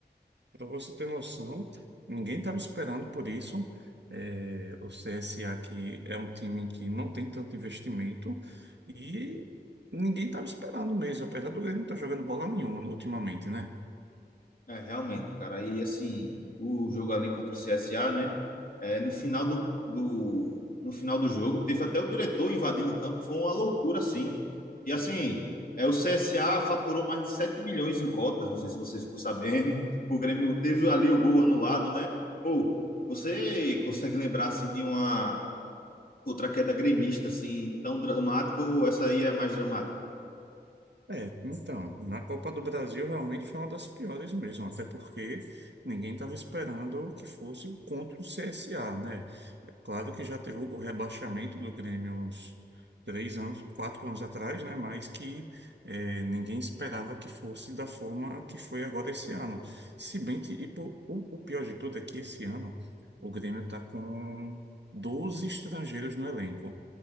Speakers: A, on the right (about 80°); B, on the left (about 55°).
A: Para você ter noção, ninguém estava esperando por isso. É, o CSA aqui é um time que não tem tanto investimento e ninguém estava esperando mesmo, apesar do Grêmio não estar jogando bola nenhuma ultimamente, né?
B: É, realmente, cara. E assim, o jogo ali contra o CSA, né? É, no final do, do, no final do jogo, teve até o diretor invadindo o campo, foi uma loucura, assim. E assim, é, o CSA faturou mais de 7 milhões em cotas, não sei se você ficou sabendo. <laughs> O Grêmio teve ali o gol anulado, né? Pô, você consegue lembrar, assim, de uma outra queda gremista, assim, tão dramática ou essa aí é mais dramática?
A: É, então, na Copa do Brasil realmente foi uma das piores mesmo, até porque ninguém estava esperando que fosse contra o CSA, né? É claro que já teve o rebaixamento do Grêmio uns três anos, quatro anos atrás, né? Mas que é, ninguém esperava que fosse da forma que foi agora esse ano. Se bem que, e pô, o, o pior de tudo é que esse ano o Grêmio está com 12 estrangeiros no elenco.